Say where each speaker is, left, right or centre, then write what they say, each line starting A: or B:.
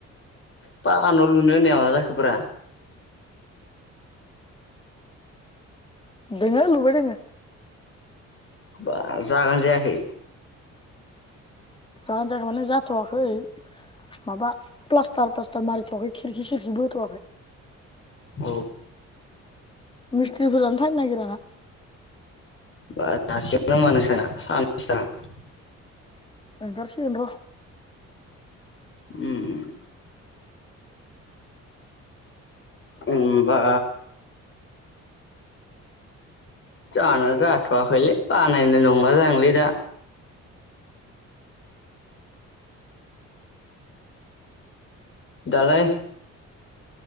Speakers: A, on the left; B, on the left.
A: पाका न लुनो होननाया मा जाखोब्रा
B: दोङो लुबाय दोङो
A: बा जागोन जायाखै?
B: जागोन जायाखै माने जाथवाखै माबा प्लास्टार तास्टार मारिथवाखै खिरखि सिरखि बो होथवाखै
A: औ
B: मिस्थ्रिफोरानो फायनो नागिरा <inaudible>
A: बा <unintelligible> नोंसाना साननैसो थाना
B: ओंखार सिगोन र
A: उम उम ओमबा जानिया जाथवाखैलै बानायनाय नंला जां लै दा दालाय